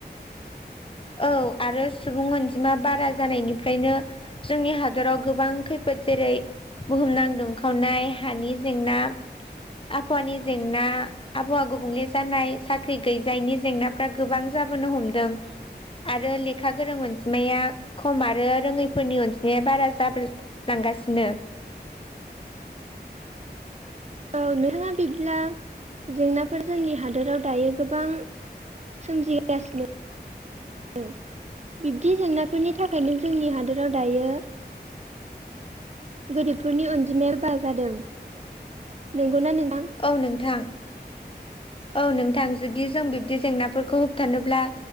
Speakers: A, on the left; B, on the right.
A: औ आरो सुबुं अनजिमा बारा जानायनिफ्रायनो जोंनि हादराव गोबां खैफोद जेरै बुहुमनां दुंखावनाय हानि जेंना आबहावानि जेंना आबहावा गुबुंले जानाय साख्रि गैजायनि जेंनाफ्रा गोबां जाबोनो हमदों आरो लेखा गोरों अनजिमाया खम आरो रोङैफोरनि अनजिमाया बारा जाब लांगासिनो
B: औ नोंथाङा बिदिब्ला जेंनाफोर जोंनि हादोराव दायो गोबां सोमजिगासिनो ओ बिब्दि जेंनाफोरनि थाखायनो जोंनि हादोराव दायो गोरिबफोरनि अनजिमाया बारा जादों नंगौना नों
A: औ नोंथां औ नोंथां जुदि जों बिब्दि जेंनाफोरखौ होबथानोब्ला